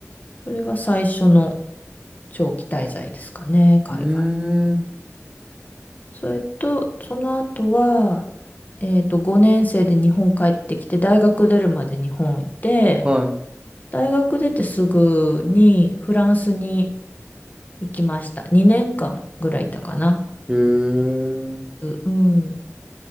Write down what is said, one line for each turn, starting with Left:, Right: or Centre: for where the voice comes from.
Left: それが最初の長期滞在ですかね、海外。
Right: へえ、
Left: それと、その後は、えっと、5年生で日本帰ってきて、大学出るまで日本いて、
Right: は
Left: 大学出てすぐにフランスに行きました。2年間ぐらいいたかな。
Right: い。へえ、
Left: う、うん、